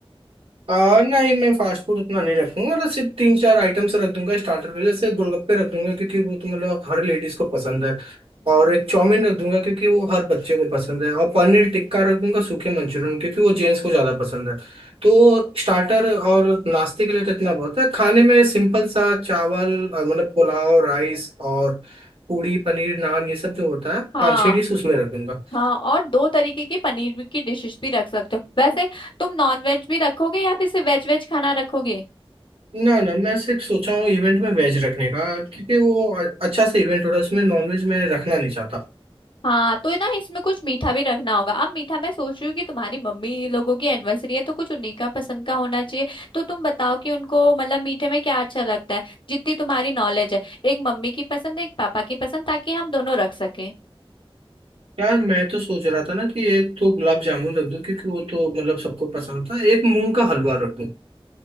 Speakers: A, on the right (about 70°); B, on the left (about 55°).
A: आ, नहीं मैं फास्ट फूड उतना नहीं रखूंगा मतलब सिर्फ तीन चार आइटम से रख दूंगा स्टार्टर में जैसे गोलगप्पे रख दूंगा क्योंकि वो तो मतलब हर लेडीज को पसंद है
B: हम्म।
A: और एक चाउमीन रख दूंगा क्योंकि वो हर बच्चे को पसंद है और पनीर टिक्का रख दूंगा सूखे मंचूरियन क्योंकि वो जेंट्स को ज्यादा पसंद है तो स्टार्टर और नाश्ते के लिए तो इतना बहुत है खाने में सिंपल सा चावल और मतलब पुलाव राइस और पूड़ी पनीर नान ये सब जो होता है
B: हाँ
A: पाँच छः डिश उसमें रख दूंगा
B: हाँ और दो तरीके की पनीर की डिशेस भी रख सकते हो वैसे तुम नॉन वेज भी रखोगे या फिर सिर्फ वेज वेज खाना रखोगे
A: ना ना मैं सिर्फ सोचा हूँ इवेंट में वेज रखने का क्योंकि वो अ- अच्छा सा इवेंट हो रहा है उसमें नॉनवेज मैं रखना नहीं चाहता
B: हाँ तो ना इसमें कुछ मीठा भी रखना होगा अब मीठा मैं सोच रही हूँ कि तुम्हारी मम्मी लोगों की एनिवर्सरी है तो कुछ उन्हीं का पसंद का होना चाहिए तो तुम बताओ कि उनको मतलब मीठे में क्या अच्छा लगता है जितनी तुम्हारी नॉलेज है एक मम्मी की पसंद एक पापा की पसंद ताकि हम दोनों रख सकें
A: यार मैं तो सोच रहा था ना कि एक तो गुलाब जामुन रख दूँ क्योंकि वो तो मतलब सबको पसंद था एक मूंग का हलवा रख दूँ